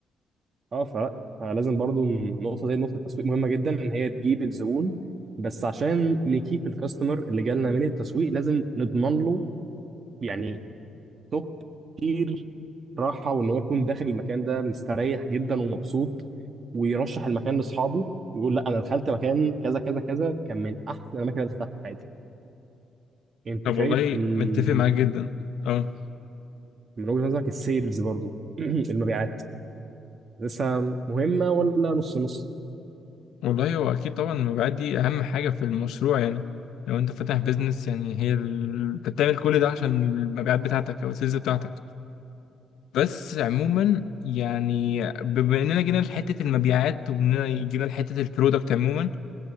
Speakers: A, on the right; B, on the left.
A: اه ف... فلازم برضو النقطه دي نقطه التسويق مهمه جدا ان هي تجيب الزبون بس عشان نكيب الكاستمر اللي جالنا من التسويق لازم نضمن له يعني توب كتير راحة وإن هو يكون داخل المكان ده مستريح جدا ومبسوط ويرشح المكان لأصحابه ويقول لا أنا دخلت مكان كذا كذا كذا كان من أحسن الأماكن اللي دخلتها في حياتي أنت
B: طب
A: شايف
B: والله
A: إن
B: متفق معاك جدا اه
A: من وجهة نظرك السيلز برضو <clears throat> المبيعات لسه مهمة ولا نص نص؟
B: والله هو اكيد طبعا المبيعات دي اهم حاجه في المشروع يعني لو انت فاتح بيزنس يعني هي ال... انت بتعمل كل ده عشان المبيعات بتاعتك او السيلز بتاعتك بس عموما يعني بما اننا جينا لحته المبيعات واننا جينا لحته البرودكت عموما